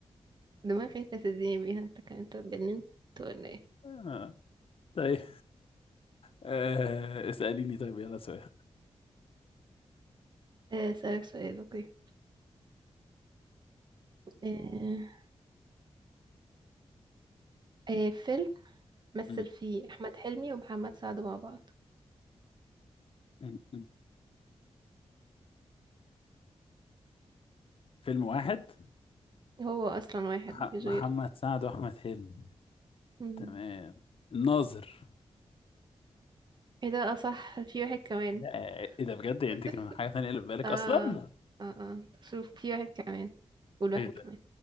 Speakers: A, on the right (about 40°); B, on the left (about 55°).
A: دماغي لا تديني بيها انت كان انت اتجننت ولا ايه
B: آه. طيب آه. اسأليني طيب يلا سؤال
A: آه، اسألك سؤال اوكي آه، آه، فيلم مثل
B: م-
A: فيه احمد حلمي ومحمد سعد مع بعض
B: م- م. فيلم واحد
A: هو اصلا واحد
B: ح-
A: مفيش
B: محمد
A: غيره
B: سعد واحمد حلمي
A: مم.
B: تمام الناظر
A: ايه ده اصح في واحد كمان
B: آه. ايه ده بجد يعني
A: <laughs>
B: انت كان حاجة تانية اللي في بالك
A: اه
B: اصلا
A: اه اه شوف في واحد كمان والواحد
B: ايه ده
A: كمان
B: ايه